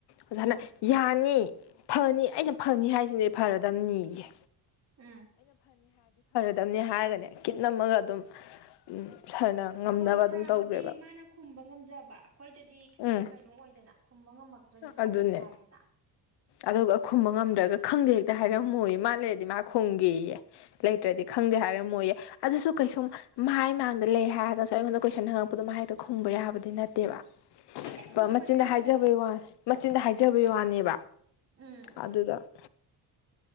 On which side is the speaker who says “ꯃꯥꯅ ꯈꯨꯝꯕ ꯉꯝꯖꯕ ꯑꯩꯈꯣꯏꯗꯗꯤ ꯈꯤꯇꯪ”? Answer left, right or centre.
Right